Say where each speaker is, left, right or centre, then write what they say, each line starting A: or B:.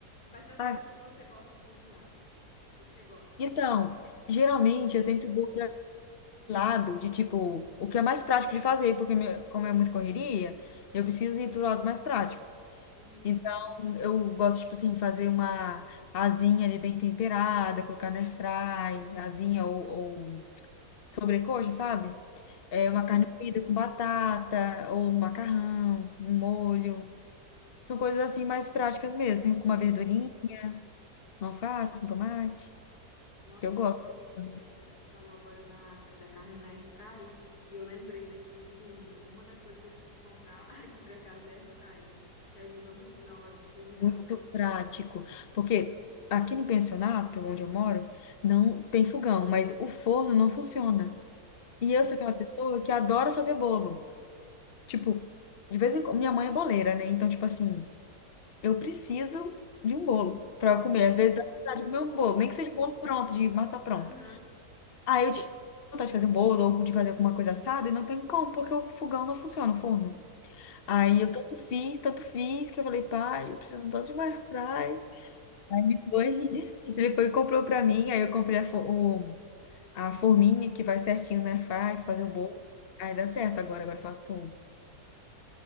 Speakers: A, on the left (about 70°); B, on the left (about 45°).
A: Mas das
B: Ah,
A: coisas que você gosta de cozinhar, o que que você gosta?
B: então,
A: Tipo,
B: geralmente
A: comer
B: eu sempre
A: também.
B: vou para lado de tipo, o que é mais prático de fazer, porque meu- como é muita correria, eu preciso ir pro lado mais prático.
A: Uhum.
B: Então, eu gosto, tipo assim, fazer uma asinha ali bem temperada, colocar na airfry, asinha ou, ou sobrecoxa, sabe? É
A: Sim,
B: uma carne moída com batata, ou no macarrão, no molho. São coisas assim mais práticas mesmo, assim, com uma verdurinha,
A: Ah,
B: uma alface, um tomate,
A: nossa,
B: que eu gosto.
A: você falou,
B: também.
A: é, você falou agora na, da carne na airfry e eu lembrei, né, que tipo assim, uma das coisas que eu preciso comprar <laughs> aqui pra casa é airfry, né, que ajuda muito na hora de cozinhar,
B: Muito
A: não é?
B: prático. Porque aqui no pensionato, onde eu moro, não tem fogão, mas o forno não funciona.
A: Hum,
B: E eu sou aquela pessoa que adora fazer bolo. Tipo, de vez em quando, minha mãe é boleira, né? Então, tipo assim, eu preciso de um bolo para eu comer.
A: sim,
B: Às vezes dá vontade de comer um bolo, nem que seja um bolo pronto, de massa pronta.
A: aham,
B: Aí eu tinha vontade de fazer um bolo ou de fazer alguma coisa assada e não tem como, porque o fogão não funciona, o forno.
A: sei,
B: Aí eu tanto fiz, tanto fiz, que eu falei, pai, eu preciso tanto de uma airfryer. Aí ele foi, <laughs> ele foi e comprou pra mim, aí eu comprei a, fo- o, a forminha que vai certinho na airfryer, pra
A: aham,
B: fazer o bolo. Aí dá certo agora, agora eu faço.